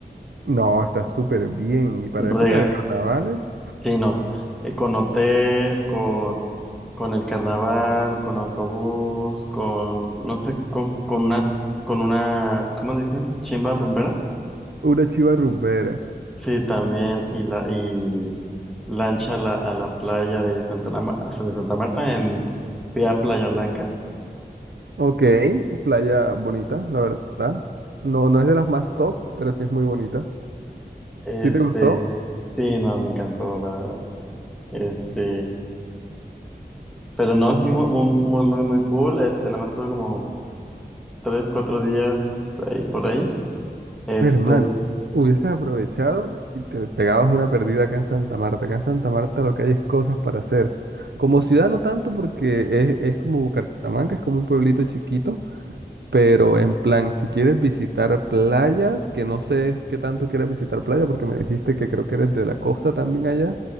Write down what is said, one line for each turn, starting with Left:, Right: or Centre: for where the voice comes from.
Right: No, está súper bien. Y para época
Centre: Rega,
Right: de carnavales,
Centre: Sí, no, eh, con hotel, con, con el carnaval, con autobús, con, no sé, con, con una, con una, ¿cómo le dicen? Chimba rumbera.
Right: una chiva rumbera.
Centre: Sí, también, y la, y lancha a la, a la playa de Santa, Nama- de Santa Marta en vía Playa Blanca.
Right: Ok, playa bonita, la verdad. No, no es de las más top, pero sí es muy bonita.
Centre: Este,
Right: ¿Sí te gustó?
Centre: sí, no, me encantó, la verdad. Este, pero no, sí, muy, muy, muy, muy muy cool. Este, nada más tuve como tres, cuatro días ahí por ahí. Este,
Right: Hermano, hubieses aprovechado y te pegabas una perdida acá en Santa Marta. Acá en Santa Marta lo que hay es cosas para hacer. Como ciudad no tanto porque es, es como Bucaramanga, es como un pueblito chiquito, pero en plan, si quieres visitar playas, que no sé qué tanto quieres visitar playa porque me dijiste que creo que eres de la costa también allá,